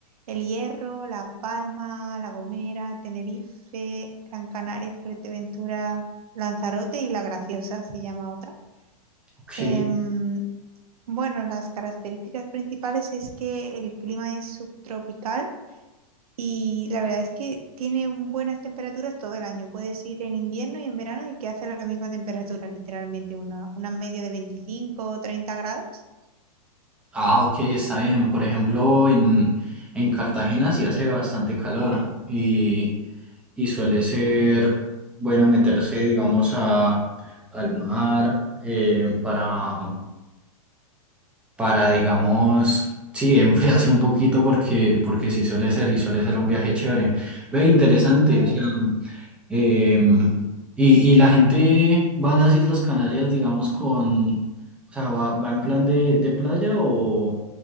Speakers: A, on the right; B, in the centre.
A: El Hierro, La Palma, La Gomera, Tenerife, Gran Canaria, Fuerteventura, Lanzarote y La Graciosa se llama otra.
B: Ok.
A: Em, bueno, las características principales es que el clima es subtropical y la verdad es que tiene buenas temperaturas todo el año. Puedes ir en invierno y en verano y que hace la misma temperatura, literalmente, una, una media de veinticinco o treinta grados.
B: Ah, ok, está bien. Por ejemplo, en, en Cartagena sí hace bastante calor y, y suele ser bueno meterse, digamos, a, al mar eh, para, para, digamos, sí, <laughs> enfriarse un poquito porque, porque sí suele ser y suele ser un viaje chévere. Ve, interesante,
A: Claro.
B: o sea, em, y, y la gente va a las Islas Canarias, digamos, con, o sea, va, va en plan de, de playa o,